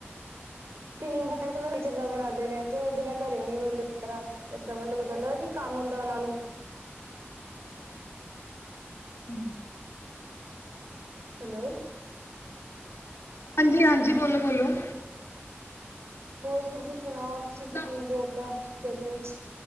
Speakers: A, on the right (about 80°); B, on the left (about 70°).
A: ਨਿੰਬੂ ਪਾ ਚੰਗਾ ਬਣਾਉਂਦੇ ਨੇ ਤੇ ਉਹਦੇ ਨਾਲ ਘਰੇ ਨੀ ਹੁੰਦੇ। ਏਦਾਂ ਮਤਲਬ ਹੋ ਜਾਂਦਾ ਕੀ ਕੰਮ ਹੁੰਦਾ ਉਹਨਾਂ ਨੂੰ
B: <unintelligible> ਹੂੰ
A: ਹੈਲੋ!
B: ਹਾਂਜੀ ਹਾਂਜੀ ਬੋਲੋ ਬੋਲੋ
A: ਹੋਰ ਤੁਸੀਂ ਸੁਣਾਓ ਤੁਸੀਂ ਕਿ
B: ਨਾ
A: ਪੀਂਦੇ ਦਾਂ ਗਰਮੀ ਚ?